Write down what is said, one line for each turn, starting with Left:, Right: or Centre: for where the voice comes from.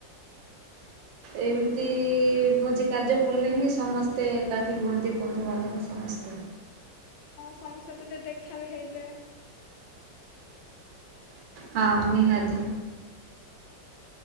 Right: ଏମିତି
Left: ହୁଁ ହୁଁ
Right: ଭୋଜି କାର୍ଯ୍ୟ ପଡ଼ିଲେ ହିଁ ସମସ୍ତେ ଏକାଠି ହୁଅନ୍ତି ବନ୍ଧୁବାନ୍ଧବ ସମସ୍ତେ
Left: ସମସ୍ତେ ସହିତ ଟିକେ ଦେଖା ବି ହେଇଯାଏ।
Right: ହଁ ନିହାତି।